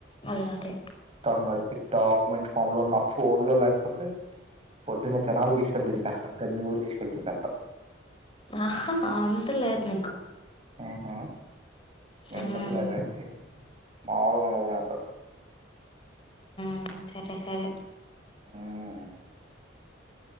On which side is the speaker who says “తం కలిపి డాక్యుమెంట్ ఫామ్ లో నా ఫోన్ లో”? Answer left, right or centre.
Right